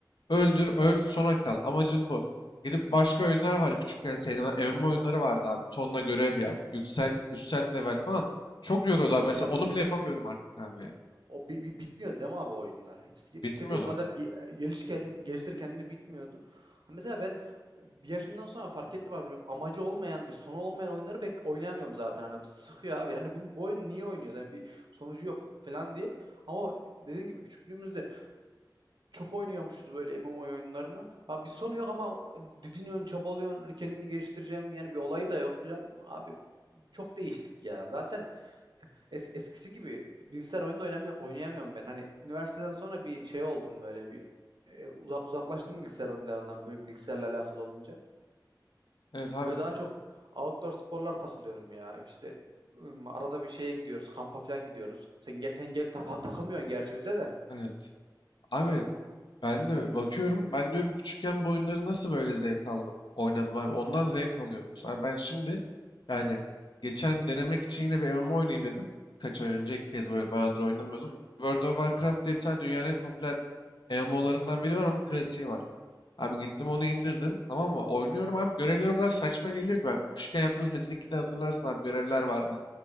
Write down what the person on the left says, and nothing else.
Öldür, öl, sona kal. Amacın bu. Gidip başka oyunlar var küçükken sevdiğim. MMO oyunları vardı abi. Tonla görev yap. Yüksel, yükselt level falan. Çok yoruyordu
abi. Mesela
onu
bile yapamıyorum artık abi yani.
Bitmiyordu.
Evet abi.
Evet. Abi Ben de bakıyorum. Ben diyorum küçükken bu oyunları nasıl böyle zevk aldım? Oynadım abi. Ondan zevk alıyormuş. Abi ben şimdi yani geçen denemek için yine bir MMO oynayayım dedim. Birkaç ay önce ilk kez böyle bayağıdır oynamıyordum.
World of Warcraft diye bir tane dünyanın en popüler MMO'larından biri var. Onun klasiği var. Abi gittim onu indirdim. Tamam mı? Oynuyorum abi. Görevler o kadar saçma geliyor ki. Ben küçükken yaptığımız Metin 2'de hatırlarsın abi görevler vardı.